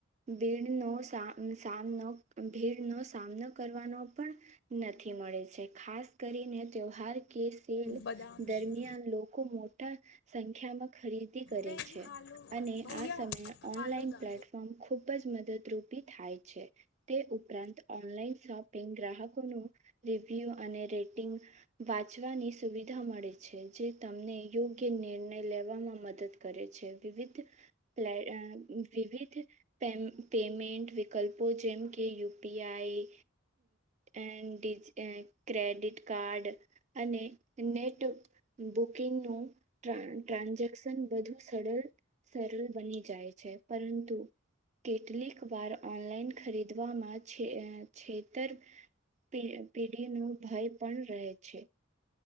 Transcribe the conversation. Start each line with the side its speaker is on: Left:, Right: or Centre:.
Right: ભીડનો સામનો ભીડનો સામનો કરવાનો પણ નથી મળે છે ખાસ કરીને તેહવાર કે તેલ
Left: બદામ
Right: દરમિયાન
Left: શેક
Right: લોકો મોટા સંખ્યામાં ખરીદ દી કરે
Left: નહીં
Right: છે
Left: ફાલુ
Right: અને
Left: ભૈયા
Right: આ સમયે
Left: ફાલુદા
Right: ઓનલાઈન પ્લેટફોર્મ ખુબ જ મદતરૂપી થાય છે. તે પરંતુ ઓનલાઈન શોપિંગ ગ્રાહકોનું રિવ્યુ અને રેટિંગ વાંચવાની સુવિધા મળે છે. જે તમને યોગ્ય નિર્ણય લેવામાં મ કરે છે વિવિધ પ્લે અ વિવિધ પેમ પેમેન્ટ વિકલ્પો જેમકે યુ પી આઈ અ ડિજ એ ન ક્રેડિટ કાર્ડ અને નેટ બુકિંગનું ટ્રાન્ ટ્રાન્ઝેશન પણ બધું સરલ સરળ બની જાય છે પરંતુ કેટલીક વાર ઓનલાઈન ખરીદવામાં છે છેતર પે પેઢીનો ભય પણ રહે છે.